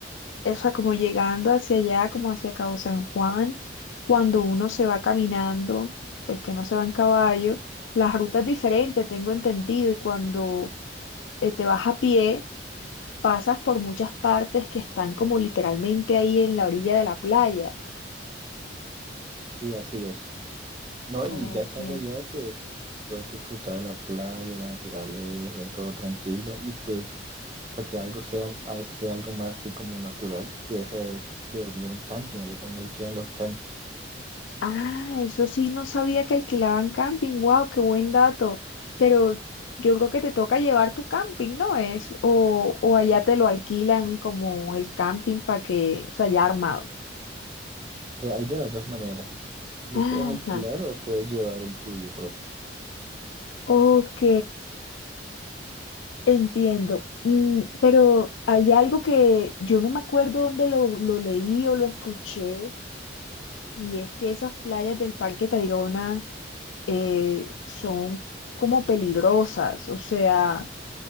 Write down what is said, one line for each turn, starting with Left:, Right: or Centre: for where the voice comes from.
Left: o sea, como llegando hacia allá, como hacia Cabo San Juan, cuando uno se va caminando, pues que no se va en caballo, las rutas diferentes, tengo entendido, y cuando eh, te vas a pie, pasas por muchas partes que están como literalmente ahí en la orilla de la playa.
Right: Y así es. No,
Left: Ok.
Right: y ya estando allá, pues puedes disfrutar de la playa, la naturaleza, todo tranquilo y pues para que algo sea, al- sea algo más así como natural, te pudiese dormir en camping, ellos también alquilan los campings.
Left: Ah, eso sí, no sabía que alquilaban camping. Wow, qué buen dato. Pero yo creo que te toca llevar tu camping, ¿no es? O, o allá te lo alquilan como el camping para que, o sea, ya armado.
Right: De, hay de las dos maneras, tú lo
Left: Ajá.
Right: puedes alquilar o puedes llevar el tuyo propio.
Left: Ok, entiendo. Mm, pero hay algo que yo no me acuerdo dónde lo, lo leí o lo escuché, y es que esas playas del Parque Tayrona eh, son como peligrosas, o sea.